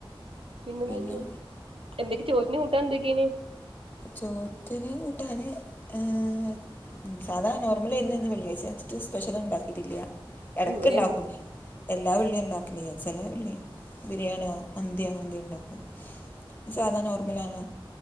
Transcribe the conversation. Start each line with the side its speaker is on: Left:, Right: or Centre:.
Right: പിന്നെന്തൊക്കെ
Left: പിന്നെ
Right: എന്തൊക്കെ ചോറ്റിന് കൂട്ടാൻന്തൊക്കെയ്നി?
Left: ചോറ്റിന് കൂട്ടാന് ഏഹ് സാധാനോർമലായിര്ന്നു ഇന്ന് വെള്ളിയായിച്ചിട്ട് സ്പെഷ്യലൊന്നും ഇണ്ടാക്കീട്ടില്ല്യാ. എടക്ക്ണ്ടാക്കും
Right: ഇവിടേം അങ്ങനെ
Left: നീ എല്ലാ വെള്ളിഇണ്ടാക്കലില്ല ചെലെ വെള്ളി ബിരിയാണിയോ മന്തിയോ അനെന്തേലും ഇണ്ടാ സാധാനോർമലാണ്.